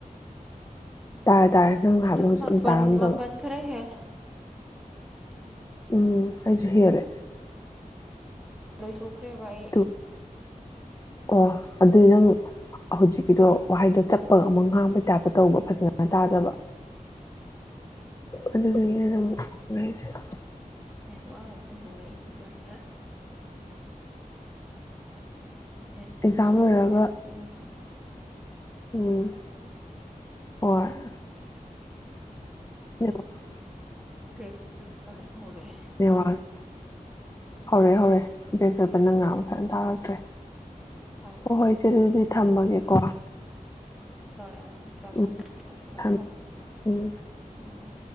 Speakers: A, on the left; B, in the centre.
A: ꯇꯥꯔꯦ꯫ ꯇꯥꯔꯦ ꯅꯪ ꯍꯥꯏꯕꯗꯣ
B: ꯑꯗꯨꯝ
A: ꯍꯧꯖꯤꯛ
B: ꯃꯄꯟ
A: ꯑꯃ ꯇꯥꯔꯝꯗꯕ
B: ꯃꯄꯟ ꯈꯔ ꯍꯦꯜ
A: ꯎꯝ ꯑꯩꯁꯨ ꯍꯦꯜꯂꯦ
B: ꯂꯣꯏꯊꯣꯛ ꯈ꯭ꯔꯦꯕ ꯑꯩ
A: ꯑꯗꯨ ꯑꯣ ꯑꯗꯨꯏ ꯅꯪ ꯍꯧꯖꯤꯛꯀꯤꯗꯣ ꯋꯥꯍꯩꯗꯣ ꯆꯞꯄ ꯑꯃꯨꯛ ꯉꯥꯡꯕꯩ ꯇꯥꯞꯄ ꯇꯧꯕ ꯐꯖꯅ ꯇꯥꯗꯕ ꯑꯗꯨ <unintelligible>
B: ꯋꯥ <unintelligible> ꯍꯧꯔꯛꯏ ꯄꯗ꯭ꯔ ꯅꯦꯠꯋꯥꯛ
A: ꯑꯦꯛꯖꯥꯝ ꯂꯣꯏꯔꯒ
B: ꯅꯦꯠꯋꯥꯛ
A: ꯎꯝ ꯑꯣꯔ <unintelligible>
B: ꯀꯔ꯭ꯦꯛ ꯆꯠ <unintelligible> ꯍꯧꯔꯛꯑꯦ
A: ꯅꯦꯠꯋꯥꯔꯛ ꯍꯧꯔꯦ ꯍꯧꯔꯦ <unintelligible> ꯅꯪ ꯉꯥꯡꯕ ꯐꯟ ꯇꯥꯔꯛꯇ꯭ꯔꯦ
B: ꯍꯧꯔꯛꯑꯦ
A: ꯍꯣ ꯍꯣꯏ ꯏꯆꯦ ꯑꯗꯨꯗꯤ ꯊꯝꯃꯒꯦꯀꯣ
B: ꯎꯪ ꯇꯝꯃꯣ
A: ꯎꯝ
B: ꯊꯝꯃꯣ
A: ꯊꯝ
B: ꯊꯝꯃꯣ
A: ꯎꯝ
B: ꯎꯝ